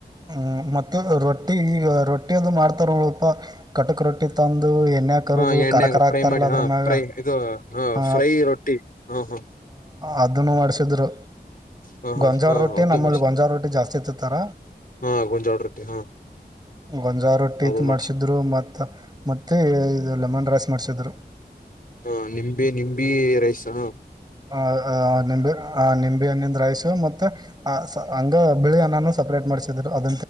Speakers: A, on the right (about 25°); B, on the left (about 55°).
A: ಹ್ಮ್ ಮತ್ತು ರೊಟ್ಟಿ ಈಗ ರೊಟ್ಟಿ ಮಾಡ್ತಾರಪ ಕಟಕ್ ರೊಟ್ಟಿ ತಂದು ದು ಎಣ್ಣೆ ಕರದು
B: ಹಾ ಎಣ್ಣೆಗ
A: ಕರಕರ ಆಗ್ತಾರಲ್ಲ
B: ಫ್ರೈ ಮಾಡಿ
A: ಅದ್ರ
B: ಹಾ
A: ಮ್ಯಾಗ
B: ಫ್ರೈ ಇದು ಹಾ
A: ಹ
B: ಫ್ರೈ ರೊಟ್ಟಿ ಹಾ ಹಾ
A: ಅದನ್ನು ಮಾಡಿಸ್ರು
B: ಹಾ ಹಾ
A: ಗೊಂಜಾವ
B: ಹಾ
A: ರೊಟ್ಟಿ
B: ಅದ್ನು
A: ನಮ್ಮಲ್ಲಿ
B: ಮಾಡ್ಸಿ
A: ಗೊಂಜಾವ ರೊಟ್ಟಿ ಜಾಸ್ತಿ ಇತ್ತತ್ತರ
B: ಹಾ ಗಂಜಾಳ ರಟ್ಟಿ ಹಾ
A: ಗೊಂಜಾ ರೊಟ್ಟಿ
B: ಅದು
A: ಮಾಡ್ಸಿದ್ರು
B: ಮಾಡ್ಸಿ
A: ಮತ್ತ ಮತ್ತೆ ಇ ಲೆಮನ್ ರೈಸ್ ಮಾಡ್ಸಿದ್ರು
B: ಹಾ ನಿಂಬಿ ನಿಂಬಿ ರೈಸ್ ಹ
A: ಹ ನಿ <unintelligible> ಆ ನಿಂಬಿ ಹಣ್ಣಿಂದ ರೈಸ್ ಮತ್ತೆ ಹಂಗ ಬಿಳಿ ಅನ್ನನು ಸಪ್ರೇಟ್ ಮಾಡ್ಸಿದ್ರು ಅದ